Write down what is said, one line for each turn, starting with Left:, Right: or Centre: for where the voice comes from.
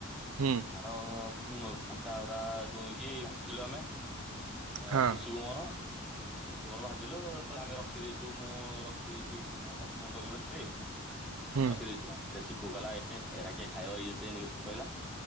Right: ହୁଁ
Centre: ତାର ଫୁଟାୁରା ଦୁଇଁକିିଲୁ ଆମେ ଆ
Right: ହଁ
Centre: ପୁସୁମୋର। କୁଷୁମର ଭାଜିଲୁ ଆମେ ରଖିଦେଇଛୁ ମୁଁ ରଖିଦେଇଛି ଏଇଠି ନା ଚାକ୍ଷଣା କରିବୁ ବୋଲି
Right: ହୁଁ
Centre: ରଖିଦଛୁ ସେ କୁ ଗଲା ଏ ଏଟା କିଏ ଖାଇବଇଏ ସେ କହିଲା।